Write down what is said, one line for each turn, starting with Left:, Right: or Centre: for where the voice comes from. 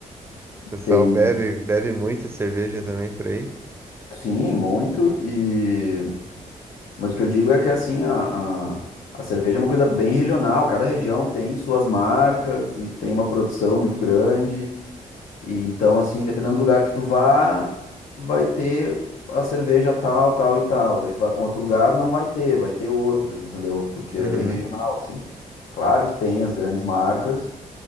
Right: pessoal
Left: tem
Right: bebe, bebe muita cerveja também por aí.
Left: sim, muito e Mas o que eu digo é que assim, a, a, a cerveja é uma coisa bem regional, cada região tem suas marcas e tem uma produção muito grande. E então, assim, dependendo do lugar que tu vá, vai ter a cerveja tal, tal e tal. Daí tu vai para um outro lugar, não vai ter, vai ter outras, entendeu? Porque
Right: Uhum.
Left: é bem regional, assim. Claro que tem as grandes marcas,